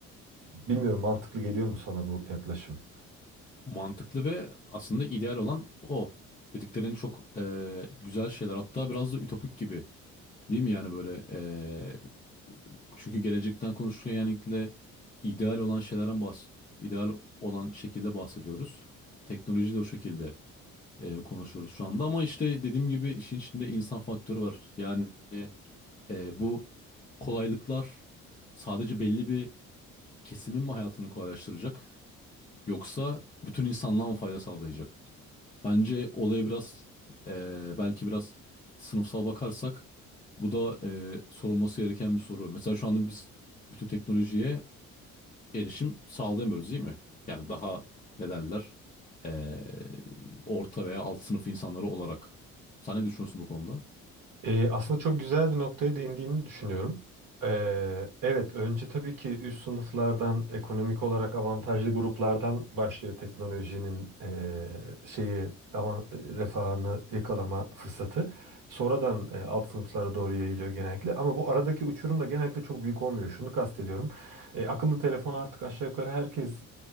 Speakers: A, on the right (about 50°); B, on the left (about 20°).
A: Bilmiyorum mantıklı geliyor mu sana bu yaklaşım?
B: Mantıklı ve aslında ideal olan o. Dediklerin çok e, güzel şeyler. Hatta biraz da ütopik gibi Değil mi yani böyle eee, çünkü gelecekten konuşurken yani genellikle ideal olan şeylerden bahs ideal olan şekilde bahsediyoruz. Teknoloji de o şekilde eee, konuşuyoruz şu anda ama işte dediğim gibi işin içinde insan faktörü var. Yani eee, bu kolaylıklar sadece belli bir kesimin mi hayatını kolaylaştıracak? Yoksa bütün insanlığa mı fayda sağlayacak? Bence olaya biraz eee, belki biraz sınıfsal bakarsak bu da eee, sorulması gereken bir soru. Mesela şu anda biz bütün teknolojiye erişim sağlayamıyoruz değil mi? Yani daha ne derler eee, orta veya alt sınıf insanları olarak. Sen ne düşünüyorsun bu konuda?
A: Ee, aslında çok güzel bir noktaya değindiğini düşünüyorum. Ee, evet, önce tabii ki üst sınıflardan, ekonomik olarak avantajlı gruplardan başlıyor teknolojinin ee, şeyi ama refahını yakalama fırsatı. Sonradan e, alt sınıflara doğru yayılıyor genellikle. Ama bu aradaki uçurum da genellikle çok büyük olmuyor. Şunu kastediyorum. E, akıllı telefon artık aşağı yukarı herkes